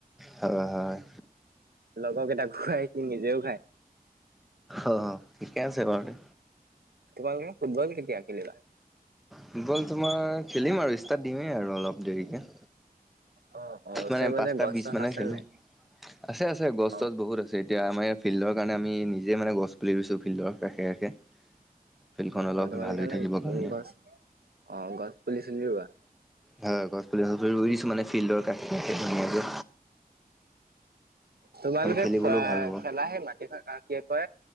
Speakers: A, in the centre; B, on the right.
A: হয় হয়
B: লগৰকেইটাক খোৱাই সি নিজেও খায়
A: অ ঠিকে আছে বাৰু দে
B: তোমালোক ফুটবল কেতিয়া খেলিবা
A: ফুটবল তোমাৰ খেলিম আৰু ষ্টাৰ্ট দিমেই আৰু অলপ দেৰিকে
B: অ অ ওচৰে
A: মানে
B: পাজৰে
A: পাঁচটা
B: গছ
A: বিছ
B: চছ
A: মানে
B: আছে
A: খেলো
B: নাই
A: আছে আছে গছ
B: অ
A: তছ বহুত আছে এতিয়া আমাৰ ফিল্ডৰ কাৰণে আমি নিজে মানে গছ পুলি ৰুছো ফিল্ডৰ কাষে কাষে ফিল্ডখন অলপ
B: অ তোমালোকে
A: ভাল হৈ
B: মানে
A: থাকিবৰ কাৰণে
B: গছ অ গছ পুলি চুলি ৰুৱা
A: হয় গছ পুলি চছ পুলি ৰুইছো মানে ফিল্ডৰ কাষে কাষে ধুনিয়াকে
B: তোমালোকে
A: খেলিবলৈও
B: খোৱা
A: ভাল হ'ব।
B: খেলাহে মাটিকণ <unintelligible> ক এই